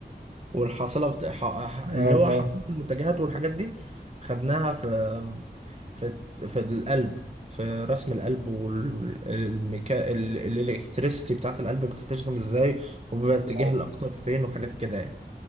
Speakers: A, on the right; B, on the right.
A: والحاصله بت... ح... ح- اللي
B: اه
A: هو
B: اه
A: حاصله المنتجات والحاجات دي خدناها في في في القلب في رسم القلب والميكا الالكتريسيتي بتاعت القلب بتترسم ازاي وبيبقى اتجاه
B: واو.
A: الاقطاب فين وحاجات كده يعني